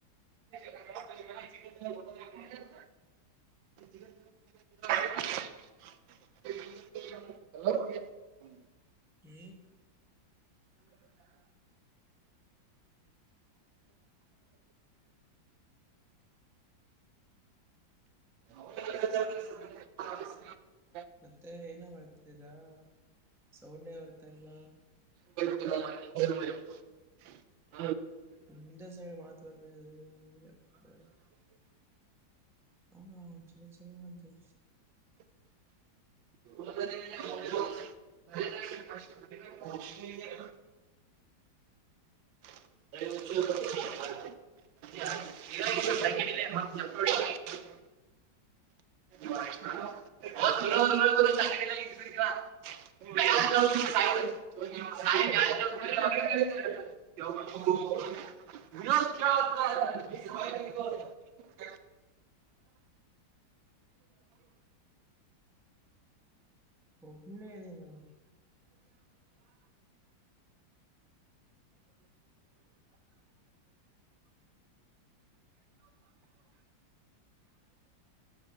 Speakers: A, on the right; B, in the centre.
A: ಚ <unintelligible> ಹಲೋ <unintelligible>
B: ಹ್ಮ್
A: <unintelligible>
B: ಮತ್ತೆ ಏನೊ ಮಾಡ್ತಿದ್ದೀರಾ ಸೌಂಡೇ ಬರ್ತ ಇಲ್ಲ.
A: <unintelligible>
B: ಹಿಂದೆ ಸೈಡ್ ಮಾತ್ ಬರ್ತ ಇದೆ ಅಪ್ಪ. ಹಾ ಚಲ ಚಲ ಅಂತೆ.
A: <unintelligible> <unintelligible> ಅ <unintelligible> <unintelligible> <unintelligible> <unintelligible> <unintelligible> ಮ
B: ಒನ್ನ ಎದಿನ